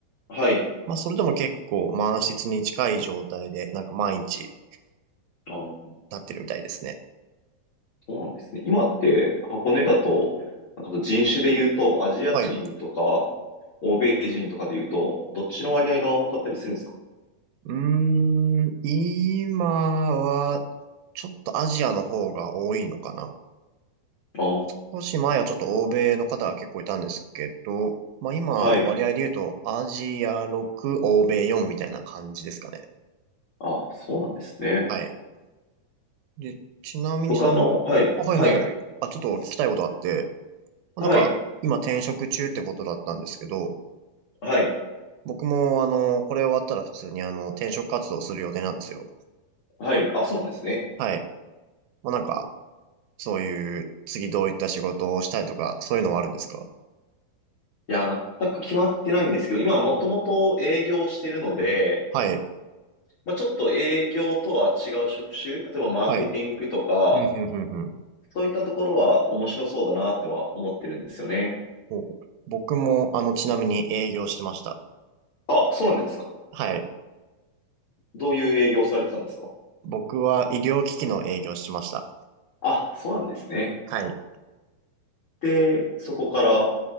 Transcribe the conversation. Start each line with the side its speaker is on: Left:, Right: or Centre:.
Left: はい。
Right: まあそれでも結構満室に近い状態で、なんか毎日
Left: あー、
Right: なってるみたいですね。
Left: そうなんですね。今って箱根だと、なんかその人種で言うと、アジア人とか、
Right: はい。う
Left: 欧米人とかで言うと、どっちの割合が多かったりするんですか
Right: ーん、今は、ちょっとアジアの方が多いのかな。
Left: あー、
Right: 少し前はちょっと欧米の方が結構いたんですけど、まあ今、は割合い。
Left: はい。
Right: 合で言うと、アジア6、欧米4みたいな感じですかね。
Left: あ、そうなんですね。
Right: はい。で、ちなみにその、
Left: 僕あの、はい、
Right: あ、はいはい。
Left: はい、
Right: はいあ、ちょっと聞きたいことがあって、まあなんか、
Left: はい、
Right: 今転職中ってことだったんですけど、
Left: はい、
Right: 僕もあの、これ終わったら普通にあの、転職活動する予定なんですよ。
Left: はい。あ、そうなんですね。
Right: はい。まあなんか、そういう、次どういった仕事をしたいとか、そういうのはあるんですか
Left: いや、全く決まってないんですけど、今はもともと営業してるので、
Right: はい。
Left: まあ、ちょっと営業とは違う職種、例えばマーケティングとか、
Right: はい。うんうんうん
Left: そういったところは面白そうだなっては思ってるんですよね。
Right: ほうほう僕も、あの、ちなみに営業してました。
Left: あ、そうなんですか。
Right: はい。
Left: どういう営業をされてたんですか
Right: 僕は医療機器の営業してました。
Left: あ、そうなんですね。
Right: はい。
Left: で、そこから